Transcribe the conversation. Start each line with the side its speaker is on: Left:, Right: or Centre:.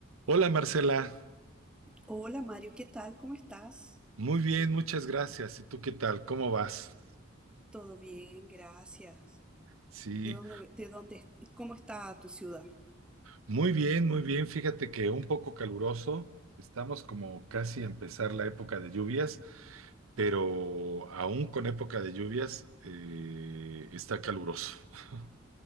Right: Hola Marcela,
Centre: Hola Mario, ¿qué tal? ¿Cómo estás?
Right: muy bien, muchas gracias. ¿Y tú qué tal? ¿Cómo vas?
Centre: Todo bien, gracias.
Right: Sí,
Centre: ¿De dónde, de dónde, cómo está tu ciudad?
Right: muy bien, muy bien. Fíjate que un poco caluroso. Estamos como casi a empezar la época de lluvias, pero aún con época de lluvias eh, está caluroso. <laughs>